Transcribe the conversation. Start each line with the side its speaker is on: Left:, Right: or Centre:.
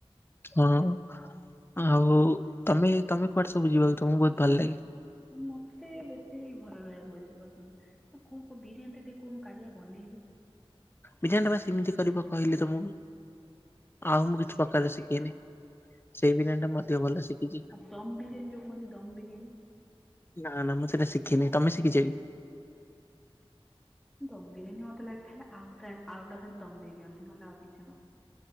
Left: ଆଉ ହଁ। ଆଉ ତମେ ତମେ କୁଆଡେ ସବୁ ଯିବ ତମକୁ ବହୁତ ଭଲ ଲାଗେ।
Centre: ମତେ ବେଶୀ ଘରେ ରହିବାକୁ ବେଶୀ ପସନ୍ଦ। କୋଉ କୋଉ ବିରିୟାନୀ ଟିକେ କୁହ ମୁଁ କାଲି ପା ବନେଇଵି।
Left: ବିରିୟାନୀ ଟା ପା ସେମିତି କରିବ କହିଲି ତମକୁ ଆଉ ମୁଁ କିଛି ପ୍ରକାର ଶିଖନି। ଶିଖିନି। ସେଇ ବିରିୟାନୀ ଟା ମୁଁ ଅଧିକ ଭଲ ଶିଖିଛି।
Centre: ଆଉ ଦମ ବିରିୟାନୀ ଯୋଉ କୁହନ୍ତି ଦମ ବିରିୟାନୀ
Left: ନା ନା ମୁଁ ସେଟା ଶିଖିନିଁ ତମେ ଶିଖିଛ କି।
Centre: ଦମ ବିରିୟାନୀ ମତେ ଲାଗେ ଖାଲି ଆଳୁଟ ଆଳୁା ଖାଲି ଦମ ଦେଇଦିଅନ୍ତି ନହଲେ ଆଉକିଛି ନୁହଁ।